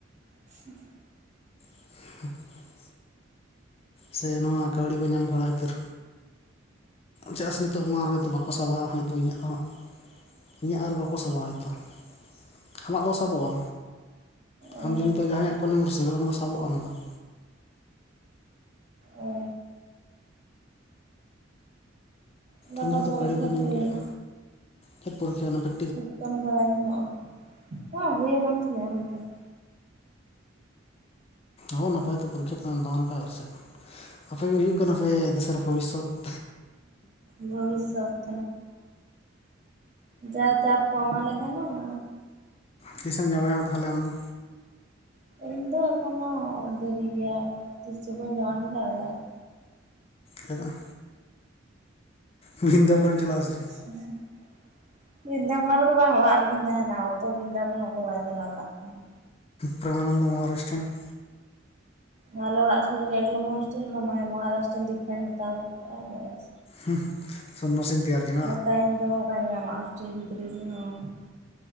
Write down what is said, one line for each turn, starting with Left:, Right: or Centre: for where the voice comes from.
Right: ᱦᱩᱸᱻ
Left: <inaudible> ᱥᱮ ᱱᱚᱣᱟ ᱠᱟᱹᱣᱰᱤ ᱠᱚ ᱧᱟᱢ ᱠᱚᱲᱟ ᱠᱷᱟᱹᱛᱤᱨ ᱪᱮᱫᱟᱜ ᱥᱮ ᱱᱤᱛᱚᱜ ᱢᱟ <unintelligible> ᱵᱟᱠᱚ ᱥᱟᱵᱟᱜ-ᱟ ᱦᱚᱭᱛᱳ ᱤᱧᱟᱹᱜ ᱫᱚ ᱦᱟᱸᱜ ᱤᱧᱟᱹᱜ ᱟᱨ ᱵᱟᱠᱚ ᱥᱟᱵᱟᱟᱜ ᱦᱚᱭᱛᱳ ᱾ ᱟᱢᱟᱜ ᱫᱚ ᱥᱟᱵᱚᱜ-ᱟ
Right: ᱚ
Left: ᱟᱢ ᱡᱩᱫᱤ ᱱᱤᱛᱚᱜ ᱡᱟᱦᱟᱸᱭᱟᱜ ᱠᱚᱞᱮᱢ ᱨᱥᱤᱵᱟ ᱚᱱᱟ ᱫᱚ ᱥᱟᱵᱚᱜ-ᱟ ᱚᱱᱟ ᱫᱚ ᱼᱼ
Right: ᱚ ᱜᱟᱯᱟ
Left: ᱤᱧ ᱦᱚᱭᱛᱚ
Right: ᱯᱚᱨᱤᱠᱠᱷᱟ
Left: <unintelligible> ᱠᱚ ᱧᱟᱢ
Right: ᱫᱤᱭᱮ
Left: ᱠᱮᱜ-ᱟ ᱪᱮᱫ ᱯᱚᱨᱤᱠᱷᱟ ᱚᱱᱟ ᱯᱮ
Right: <unintelligible> ᱵᱟᱲᱟᱭ ᱧᱚᱜᱼᱟ ᱵᱟᱝ ᱦᱩᱭ ᱠᱟᱱ ᱛᱤᱧᱟᱹ ᱦᱩᱭ ᱫᱚ ᱼᱼ
Left: ᱦᱩᱸ ᱱᱟᱯᱟᱭ ᱛᱮ ᱯᱚᱨᱤᱠᱠᱷᱟ ᱠᱚ ᱮᱢ ᱛᱟᱵᱚᱱ ᱯᱮ ᱟᱨ ᱥᱮᱫ᱾ ᱟᱯᱮᱜᱮ ᱦᱩᱭᱩᱜ ᱠᱟᱱᱟ ᱯᱮ ᱫᱮᱥᱮᱨ ᱵᱷᱚᱵᱤᱥᱚᱛ ᱾
Right: ᱵᱷᱚᱵᱤᱥᱚᱛ <unintelligible> <unintelligible> ᱪᱟᱯ ᱠᱚ ᱮᱢᱟ ᱞᱮ ᱠᱟᱱᱟ ᱾
Left: ᱛᱤᱥᱮᱢ ᱡᱟᱶᱟᱭᱚᱜ-ᱟ ᱛᱟᱦᱚᱞᱮ ᱟᱢᱫᱚ?
Right: ᱤᱧ ᱫᱚ ᱮᱠᱷᱚᱱᱳ ᱫᱮᱨᱤ ᱜᱮᱭᱟ ᱛᱤᱥ ᱪᱚ ᱵᱟᱹᱧ ᱡᱟᱶᱟᱭ ᱦᱚᱸ ᱫᱟᱲᱮᱭᱟᱜ-ᱧ᱾
Left: ᱪᱮᱫᱟᱜ? ᱵᱤᱱᱫᱟᱵᱚᱱᱮᱢ ᱪᱟᱞᱟᱜᱼᱟ ᱥᱮ ᱪᱮᱫ?
Right: <unintelligible> ᱵᱤᱫᱟᱵᱚᱱ ᱨᱮᱫᱚ ᱵᱟᱝ ᱚᱲᱟᱜ ᱨᱮᱜᱤᱧ ᱛᱟᱦᱮᱱᱟ ᱛᱚ ᱵᱤᱫᱟ ᱵᱚᱱ ᱦᱚᱸᱠᱚ ᱵᱟᱭ ᱪᱟᱞᱟᱣ ᱵᱟᱲᱟᱜ ᱠᱟᱱᱟ ᱾
Left: ᱯᱨᱮᱚᱢᱟᱱᱚᱱᱫᱚ ᱢᱚᱦᱟᱨᱟᱡ ᱴᱷᱮᱱ ᱾
Right: ᱟᱞᱮ ᱚᱲᱟᱜ ᱥᱩᱨ ᱨᱮᱜ ᱮᱜᱞᱚᱵ ᱦᱚᱥᱴᱮᱞ <unintelligible> ᱢᱚᱦᱟᱨᱟᱥᱴᱨᱧ ᱫᱤᱠᱠᱷᱟᱧ ᱦᱟᱛᱟᱣᱚᱫ ᱠᱟᱜᱼᱟ, ᱵᱟᱥ
Left: ᱦᱩᱸ ᱾ ᱥᱚᱱᱱᱟᱥᱤᱧ ᱛᱮᱭᱟᱨ ᱡᱮ
Right: ᱱᱮᱛ ᱤᱧ ᱫᱚᱦᱚᱠᱟᱧ ᱧᱟᱢᱚᱜᱼᱟ ᱦᱚᱥᱴᱮᱞ ᱵᱷᱤᱛᱨᱤ ᱨᱮᱦᱚᱸ ᱾